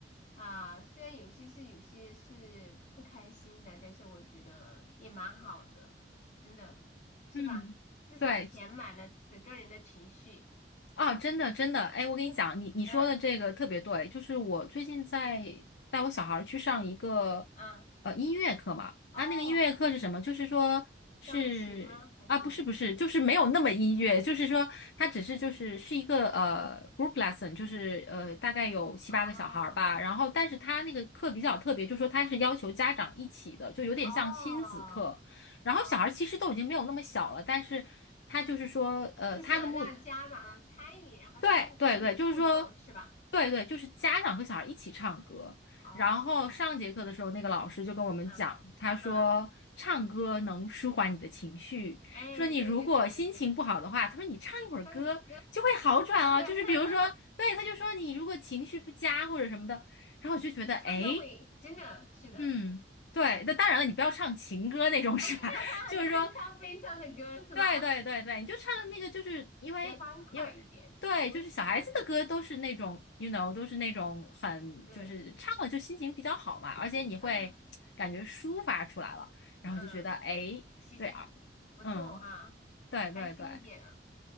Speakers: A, on the left (about 40°); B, on the left (about 80°).
A: 啊，虽然有些是有些是不开心的，但是我觉得也蛮好的，真的是吧？
B: 嗯，
A: 至少填满了整个人的情绪。
B: 对，啊，真的真的，哎，我跟你讲，
A: <laughs>
B: 你你说的这个特别对，
A: 嗯
B: 就是我最近在带我小孩儿去上一个
A: 嗯，
B: 呃音乐课嘛，
A: 哦，
B: 那那个音乐课是什么？就是说是啊，
A: 钢琴吗？还是什么？
B: 不是不是，就是没有那么音乐，就是说它只是就是是一个呃 group lesson，就是呃大概有七八个小孩儿吧，
A: 哦
B: 然后但是他那个课比较特别，就是说他是要求家长一起的，就有点像亲子课。
A: 哦
B: 然后小孩儿其实都已经没有那么小了，
A: 哦。
B: 但是他就是说，呃，
A: 是想让家长参与，
B: 他的目
A: 然后跟孩子互动，
B: 对对对，就是说，
A: 是吧？
B: 对对，就是家长和小孩一起唱歌。
A: 哦，
B: 然后上节课的时候，那个老师就跟我们讲，
A: 啊，
B: 他说唱歌能舒缓你的情绪，
A: 嗯，哎，
B: 说你如果心情不好的话，
A: 对对对对对，
B: 他说你唱一会儿歌就会好转哦。
A: 唱歌，<laughs>
B: 就是比如说，对，他就说你如果情绪不佳或者什么的，然后我就觉得，
A: 你唱歌会真的是的，
B: 诶，嗯，对，那当然了，你不要唱情歌那种 <laughs> 是吧？
A: <laughs>
B: <laughs> 就是说。
A: 你不能唱悲伤的歌是吧？
B: 对对对对，你就唱那个，就是因为因为对，
A: 比较欢快一点，流行的，
B: 就是小孩子的歌都是那种，you know，都是那种很就是唱了就心情比较好嘛，
A: 就是，
B: 而且你会感觉抒发出来了，
A: <laughs>
B: 然后就觉得哎诶，
A: 嗯，其实不错哈，
B: 对啊，嗯，对对对
A: 开心一点啊。